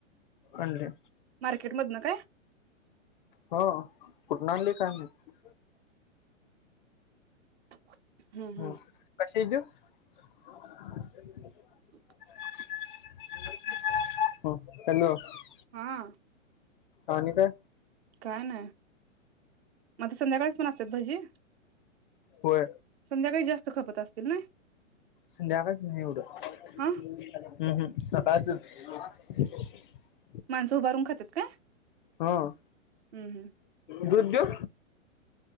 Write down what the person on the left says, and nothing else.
आणले.
हो.... कुठन आणलय काय माहीत?
हा
कशाची देऊ? <unintelligible>
<unintelligible>
आणि काय
होय
संध्याकाळच नाही उद्या <unintelligible> हम्म
हम्म सकाळचच <unintelligible>
हं
दूध देऊ?